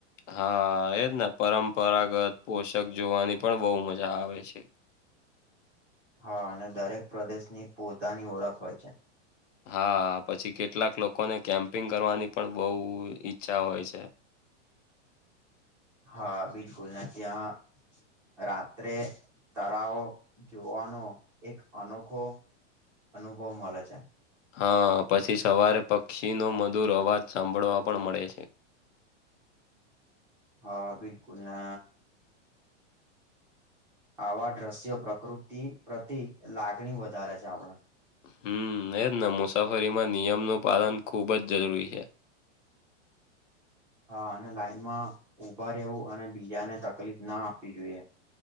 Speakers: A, on the left; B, in the centre.
A: હા, એજ ને પરંપરાગત પોષાક જોવાની પણ બહુ મજા આવે છે.
B: હા, અને દરેક પ્રદેશની પોતાની ઓળખ હોય છે.
A: હા પછી કેટલાક લોકોને કેમ્પિંગ કરવાની પણ બહુ ઈચ્છા હોય છે.
B: હા, બિલકુલ ને ત્યાં રાત્રે તરાવ જોવાનો એક અનોખો અનુભવ મલે છે.
A: હા, પછી સવારે પક્ષીનો મધુર અવાજ સાંભળવા પણ મળે છે.
B: હા, બિલકુલ ને આવા દ્રશ્યો પ્રકૃતિ પ્રતિ લાગણી વધારે છે આપળે.
A: હમ્મ, એજ ને મુસાફરીમાં નિયમનો પાલન ખૂબ જ જરૂરી છે.
B: હા, અને લાઈનમાં ઉભા રેવું અને બીજાને તકલીફ ના આપી જોઈએ.